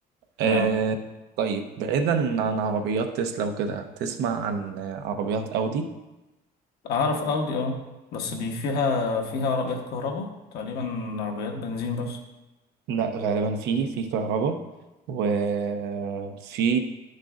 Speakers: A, on the right; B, on the left.
A: آه
B: آه.
A: طيب بعيدا عن عربيات تسلا وكده تسمع عن عربيات أودي
B: اعرف اودي اه بس دي فيها فيها عربيات كهرباء تقريبا عربيات بنزين بس
A: لا غالبا في في كهرباء وفي